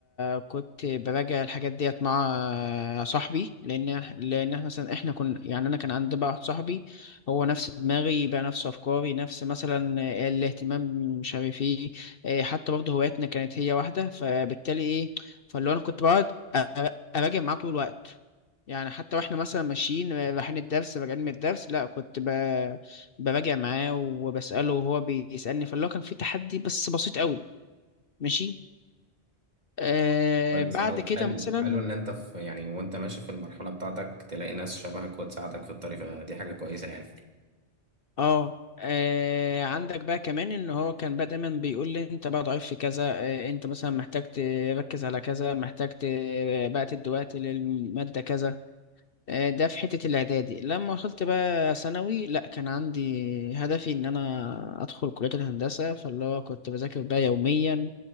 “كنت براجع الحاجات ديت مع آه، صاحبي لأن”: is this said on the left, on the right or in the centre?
Left